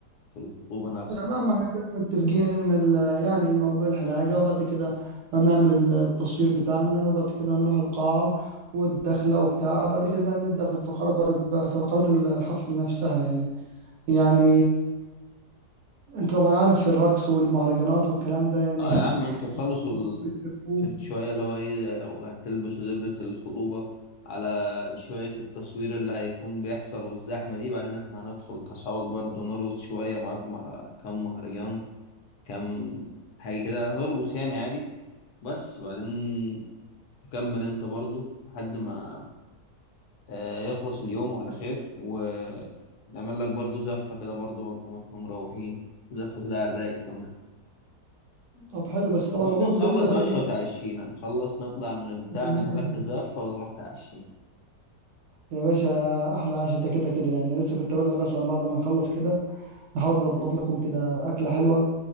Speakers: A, on the left; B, on the right.
A: في الخطوبة نفسها
B: تمام احنا كده متفقين ان ال... يعني موضوع الحلاقة وبعد كده هنعمل ال- التصوير بتاعنا وبعد كده هنروح القاعة والدخلة وبتاع بعد كده نبدأ في الفقرات بقى في فقرات الحفل نفسها يعني يعني انت طبعا عارف في الرقص والمهرجانات والكلام ده يعني
A: اه
B: <laughs>
A: يا عم انتوا تخلصوا ال...
B: بتحبوه
A: في شوية اللي هو ايه لو هتلبسوا دبلة الخطوبة على شوية التصوير اللي هيكون بيحصل والزحمة دي بعدين احنا هندخل كأصحابك برضه نرقص شوية معاكم على كم مهرجان كم حاجة كده نرقص يعني عادي بس بعدين تكمل انت برضو لحد ما آه، يخلص اليوم على خير ونعمل لك برضو زفة كده برضو واحنا مروحين زفة كده على الرايق كمان
B: طب حلو بس طبعا
A: المهم
B: موضوع
A: نخلص
B: الدبل ده خلاص
A: يا باشا وتعشينا نخلص نطلع من البتاع
B: <laughs>
A: نعمل لك الزفة ونروح تعشينا
B: يا باشا احلى عشاء ده كده كده يعني لسه كنت اقول لك اصلا بعد ما نخلص كده نحاول نظبط لكم كده اكله حلوه